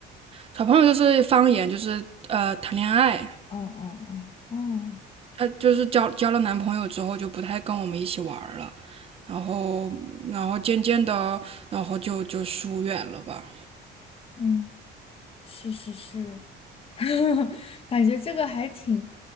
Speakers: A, on the right; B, on the left.
A: 耍朋友，就是方言，就是呃谈恋爱。
B: 哦哦哦哦，
A: 她就是交交了男朋友之后就不太跟我们一起玩儿了，然后然后渐渐的，然后就就疏远了吧，
B: 嗯，是是是，<laughs> 感觉这个还挺